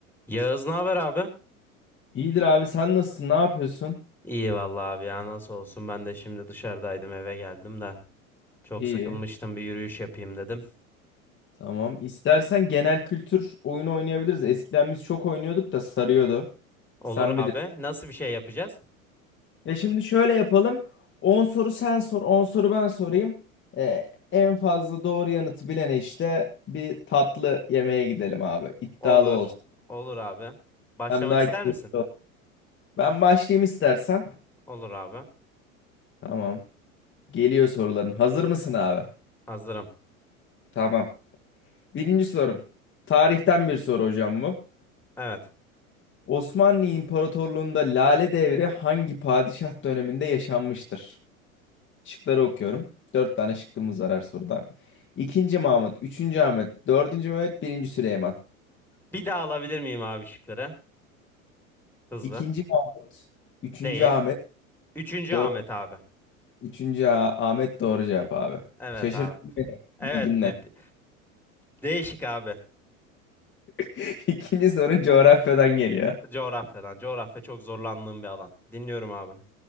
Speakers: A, in the centre; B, on the left.
A: Yağız ne haber abi?
B: İyidir abi sen nasılsın? Ne yapıyorsun?
A: İyi vallahi abi ya nasıl olsun ben de şimdi dışarıdaydım eve geldim de çok
B: İyi.
A: sıkılmıştım bir yürüyüş yapayım dedim.
B: Tamam. İstersen genel kültür oyunu oynayabiliriz. Eskiden biz çok oynuyorduk da sarıyordu.
A: Olur
B: Sen
A: abi
B: bilir.
A: nasıl bir şey yapacağız?
B: Ya şimdi şöyle yapalım. 10 soru sen sor, 10 soru ben sorayım. Ee, en fazla doğru yanıtı bilene işte bir tatlı yemeğe gidelim abi. İddialı
A: Olur
B: olsun.
A: olur abi. Başlamak
B: Hem daha
A: ister
B: keyif-
A: misin?
B: Ben başlayayım istersen.
A: Olur abi
B: Tamam. Geliyor soruların. Hazır mısın abi?
A: hazırım.
B: Tamam. Birinci sorun. Tarihten bir soru hocam bu.
A: Evet.
B: Osmanlı İmparatorluğu'nda Lale Devri hangi padişah döneminde yaşanmıştır? Şıkları okuyorum. Dört tane şıkkımız var her soruda. İkinci Mahmut, üçüncü Ahmet, dördüncü Mehmet, birinci Süleyman.
A: Bir daha alabilir miyim abi şıkları? Hızlı.
B: İkinci Mahmut, üçüncü
A: Değil.
B: Ahmet,
A: Üçüncü
B: dört,
A: Ahmet abi.
B: üçüncü Ah- Ahmet doğru cevap abi.
A: Evet
B: Şaşırttın
A: abi.
B: beni
A: Evet
B: bilginle.
A: bi- bi- değişik abi.
B: <laughs> İkinci sorun coğrafyadan geliyor.
A: Coğrafyadan coğrafya çok zorlandığım bir alan. Dinliyorum abi.